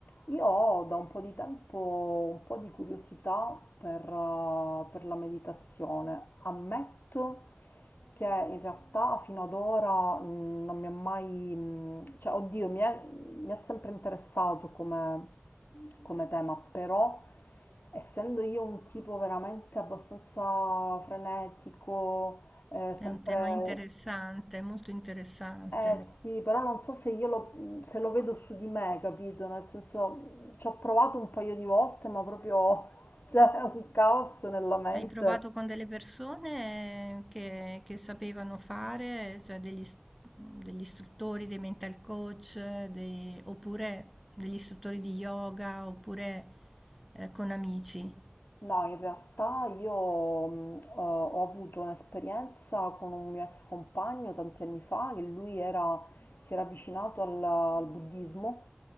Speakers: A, on the left; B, in the centre.
A: Io ho da un po' di tempo un po' di curiosità per, eh, per la meditazione. Ammetto che in realtà fino ad ora mh, non mi ha mai, mh, cioè oddio, mi è, mi è sempre interessato come, come tema, però essendo io un tipo veramente abbastanza frenetico, eh, sempre
B: È un tema interessante, molto interessante.
A: eh sì, però non so se io lo, se lo vedo su di me, capito? Nel senso, ci ho provato un paio di volte, ma proprio <laughs> c'è un caos nella mente.
B: Hai provato con delle persone che, che sapevano fare, cioè degli, is- degli istruttori, dei mental coach, dei- oppure degli istruttori di yoga, oppure eh, con amici.
A: No, in realtà io mh, eh, ho avuto un'esperienza con un mio ex compagno tanti anni fa, che lui era- si era avvicinato al, al buddismo